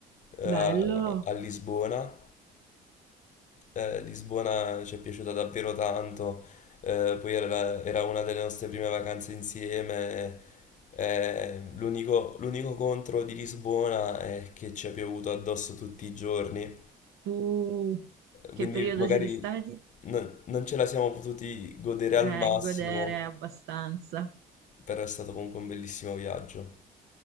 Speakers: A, on the left (about 45°); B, on the right (about 85°).
A: eh,
B: Bello.
A: a Lisbona. Eh, Lisbona ci è piaciuta davvero tanto, eh, poi era, la- era una delle nostre prime vacanze insieme. Eh, l'unico l'unico contro di Lisbona è che ci ha piovuto addosso tutti i giorni
B: Tu che
A: quindi
B: periodo
A: magari
B: siete stati?
A: non, non ce la siamo potuti godere al
B: Eh,
A: massimo,
B: godere abbastanza.
A: però è stato comunque un bellissimo viaggio.